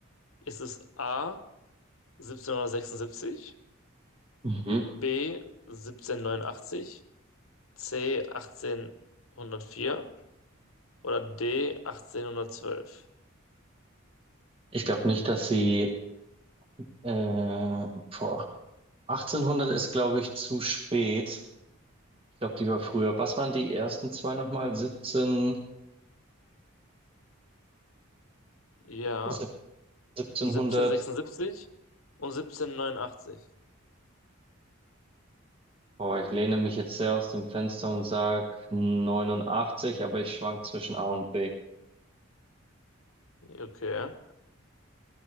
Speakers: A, on the left (about 75°); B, on the right (about 25°).
A: Ist es A 1776,
B: Mhm.
A: B 1789, C 1804 Oder D, 1812.
B: Ich glaube nicht, dass sie äh, boah. 1800 ist, glaube ich, zu spät. Ich glaube, die war früher. Was waren die ersten zwei nochmal? 17,
A: Ja,
B: sieb- 1700.
A: 1776 und 1789.
B: Boah, ich lehne mich jetzt sehr aus dem Fenster und sag 89, aber ich schwank zwischen A und B.
A: Okay.